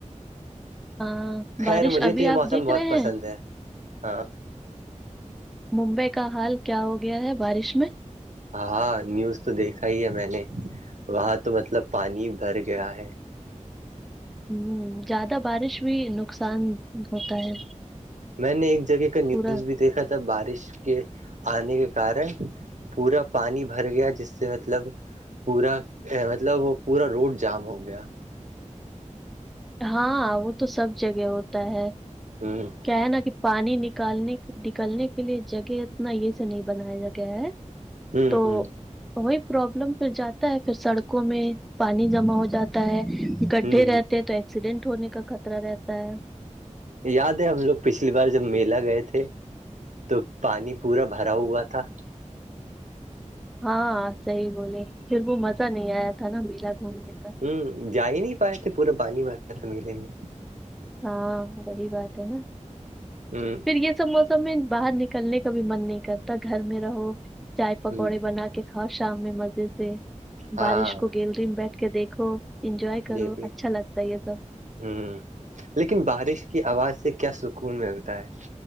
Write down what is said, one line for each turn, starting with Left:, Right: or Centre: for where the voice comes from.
Centre: ہاں
Right: خیر
Centre: بارش
Right: مجھے
Centre: ابھی
Right: تو یہ موسم
Centre: آپ دیکھ
Right: بہت
Centre: رہے
Right: پسند
Centre: ہیں
Right: ہے ہاں
Centre: ممبئی کا حال کیا ہو گیا ہے بارش میں
Right: ہاں نیوز تو دیکھا ہی ہے میں نے وہاں تو مطلب پانی بھر گیا ہے
Centre: ہ زیادہ بارش بھی نقصان ہوتا ہے
Right: میں نے ایک جگہ کا نیوز
Centre: پورا
Right: بھی دیکھا تھا بارش کے آنے کے کارن پورا پانی بھر گیا جس سے مطلب پورا مطلب وہ پورا روڈ جام ہو گیا
Centre: ہاں وہ تو سب جگہ ہوتا ہے
Right: ہوں
Centre: کیا ہے نا کہ پانی ن نکالنے نکالنے کے لیے جگہ اتنا یہ سے نہیں بنایا گیا ہے
Right: ہوں
Centre: تو
Right: ہوں
Centre: وہی پرابلم پھر جاتا ہے پھر سڑکوں میں پانی جمع ہو جاتا ہے گڈھے
Right: ہوں
Centre: رہ
Right: ہ
Centre: ایکسیڈنٹ ہونے کا خطرہ رہتا ہے
Right: یاد ہے ہم لوگ پچھلی بار جب میلا گئے تھے تو پانی پورا بھرا ہوا تھا
Centre: ہاں صحیح بولے پھر وہ مزہ نہیں آیا تھا نا میلا گھومنے کا
Right: ہ جا ہی نہیں پائے تھے پورا پانی بھر رہا تھا میلے میں
Centre: ہاں وہی بات ہے نا
Right: ہوں
Centre: پھر یہ سب موسم میں باہر نکلنے کا بھی من نہیں کرتا گھر میں رہو چائے پکوڑے
Right: ہ
Centre: بنا کے کاؤ شام میں مزے سے
Right: ہاں
Centre: بارش کو گیل رہی میں بیٹھ کے دیکھو <unintelligible> انجوائے کرو
Right: یہ بھی
Centre: اچھا لگتا ہے یہ سب
Right: ہوں لیکن بارش کی آواز سے کیا سکون ملتا ہے